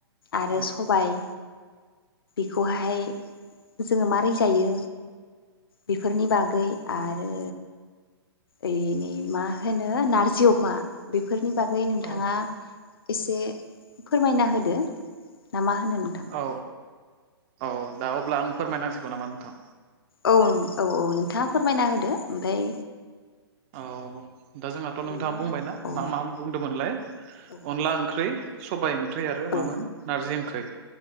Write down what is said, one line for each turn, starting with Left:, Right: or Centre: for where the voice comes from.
Left: आरो
Right: औ
Left: सबाय। बेखौहाय जोङो मारै जायो बेफोरनि बागै आरो ओइ नै मा होनो नारजि अमा बेफोरनि बागै नोंथाङा
Right: औ
Left: एसे फोरमायना होदो ना मा होनो नोंथां
Right: औ औ दा अब्ला आं फोरमायनांसिगौ नामा नोंथां
Left: औ औ औ नोंथाङा फोरमायना होदो ओमफ्राय
Right: औ दा जोंहाथ'
Left: बिनि
Right: नोंथाङा
Left: उनाव
Right: बुंबायनाा
Left: औ
Right: मा मा बुंदोंमोनलाय
Left: औ
Right: अनला ओंख्रै सबाय ओंख्रै आरो
Left: औ
Right: मामोन नारजि ओंख्रै